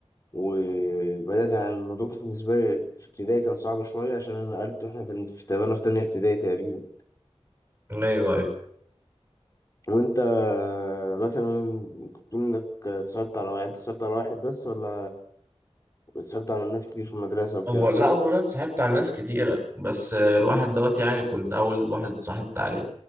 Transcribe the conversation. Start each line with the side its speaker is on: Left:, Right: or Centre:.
Left: وبدأت يعني الموضوع كان بالنسبة لي في ابتدائي كان صعب شوية عشان أنا نقلت وإحنا كان في تقريبا في تانية ابتدائي تقريبا.
Right: أيوه أيوه
Left: وانت مثلا كنت بتقول انك اتصاحبت على واحد انت اتصاحبت على واحد بس ولا اتصاحبت على ناس كتير في المدرسة وكده
Right: هو لا هو أنا اتصاحبت على ناس كتيرة بس آه، الواحد دوت يعني كنت أول واحد اتصاحبت عليه